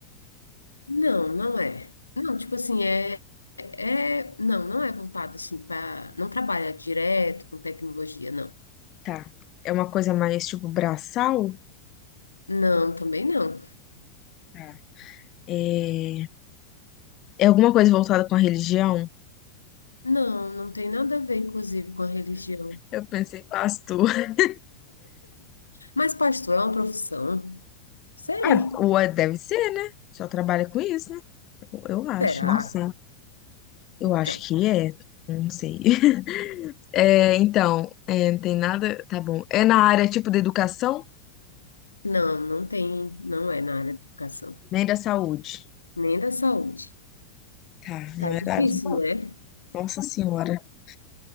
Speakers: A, on the left (about 80°); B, on the left (about 35°).
A: Não, não é. Não, tipo assim, é, é, não, não é voltado assim para, não trabalha direto com tecnologia, não.
B: Tá. É uma coisa mais, tipo, braçal?
A: Não, também não.
B: Tá. É, é alguma coisa voltada com a religião?
A: Não, não tem nada a ver, inclusive, com a religião.
B: Eu pensei, pastor. <laughs>
A: Mas pastor é uma profissão? Sei.
B: Ah, ou é- deve ser, né? Só trabalha com isso, né? Eu acho,
A: Será?
B: não sei. Eu
A: Então,
B: acho que é, não sei. <laughs> É, então, é, não tem nada, tá bom. É na área, tipo, da educação?
A: não, não tem, não é na área da educação,
B: nem da saúde.
A: nem da saúde.
B: Tá, não
A: Tá
B: é
A: difícil,
B: verdade.
A: né?
B: Nossa Senhora. <laughs>